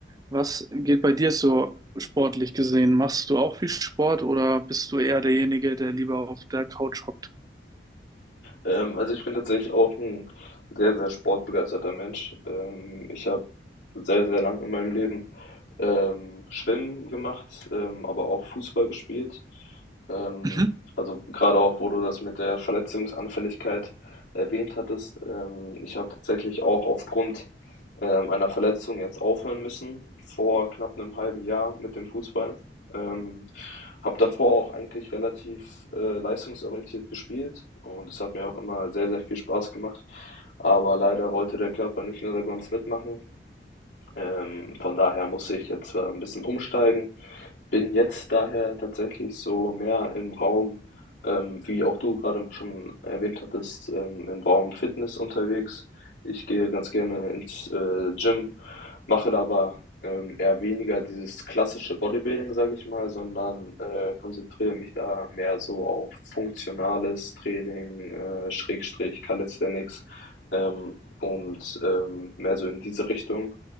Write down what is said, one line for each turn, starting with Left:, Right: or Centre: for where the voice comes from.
Right: was geht bei dir so sportlich gesehen? Machst du auch viel Sport oder bist du eher derjenige, der lieber auf der Couch hockt?
Left: Ähm, also ich bin tatsächlich auch ein sehr, sehr sportbegeisterter Mensch. Ähm, ich habe sehr, sehr lang in meinem Leben ähm, Schwimmen gemacht, ähm, aber auch Fußball gespielt. Ähm,
Right: Mhm.
Left: also gerade auch, wo du das mit der Verletzungsanfälligkeit erwähnt hattest. Ähm, ich habe tatsächlich auch aufgrund ähm, einer Verletzung jetzt aufhören müssen, vor knapp einem halben Jahr mit dem Fußball. Ähm, habe davor auch eigentlich relativ äh, leistungsorientiert gespielt und es hat mir auch immer sehr, sehr viel Spaß gemacht. Aber leider wollte der Körper nicht in der Konstanz mitmachen ähm, von daher muss ich jetzt äh, ein bisschen umsteigen. Bin jetzt daher tatsächlich so mehr im Raum, ähm, wie auch du gerade schon erwähnt hattest, ähm, im Raum Fitness unterwegs. Ich gehe ganz gerne ins äh, Gym, mache da aber ähm, eher weniger dieses klassische Bodybuilding, sage ich mal, sondern äh, konzentriere mich da mehr so auf funktionales Training, äh, Schrägstrich Calisthenics ähm, und ähm, mehr so in diese Richtung